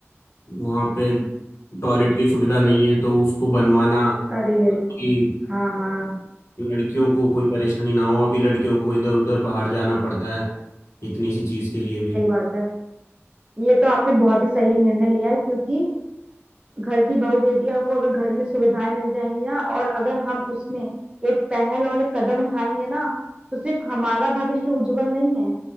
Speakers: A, on the left (about 65°); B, on the right (about 20°).
A: वहाँ पे टॉयलेट की सुविधा नहीं है तो उसको बनवाना
B: अरे अरे
A: कि
B: हाँ हाँ
A: लड़कियों को कोई परेशानी ना हो अभी लड़कियों को इधर उधर बाहर जाना पड़ता है इतनी सी चीज़ के लिए भी
B: सही बात है ये तो आपने बहुत ही सही निर्णय लिया है क्योंकि घर की बहू बेटियों को अगर घर में सुविधाएं मिल जाएंगी ना और अगर हम उसमें एक पहल और एक कदम उठाएंगे ना तो सिर्फ हमारा भविष्य उज्जवल नहीं है